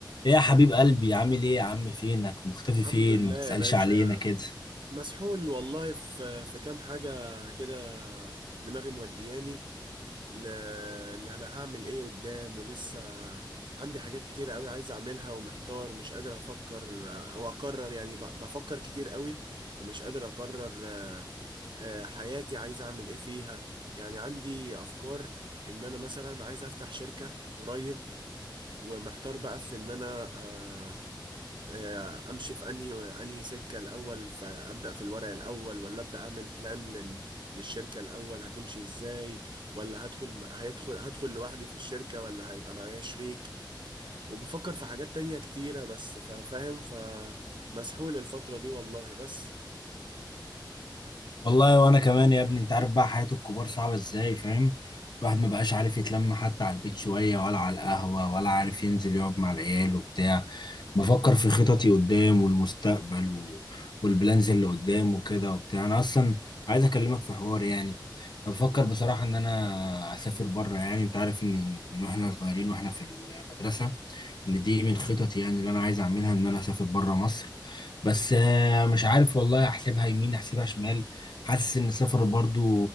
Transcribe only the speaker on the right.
الحمد
لله
يا باشا
مسحول والله في في كام حاجة كده دماغي مودياني ل- اللي انا هعمل ايه قدام ولسه عندي حاجات كتيرة قوي عايز اعملها ومحتار مش قادر افكر او اقرر يعني ب- بفكر كتير قوي ومش قادر اقرر آه، حياتي عايز اعمل ايه فيها يعني عندي افكار ان انا مثلا عايز افتح شركة قريب ومحتار بقى في ان انا آه، آه، امشي في انهي انهي سكه الاول فابدا في الورق الاول ولا ابدا اعمل بلان لل للشركه الاول هتمشي ازاي ولا هدخل هيدخل هدخل لوحدي في الشركه ولا هيبقى معايا شريك وبفكر في حاجات تانية كتيره بس فا- فاهم فمسحول الفتره دي والله بس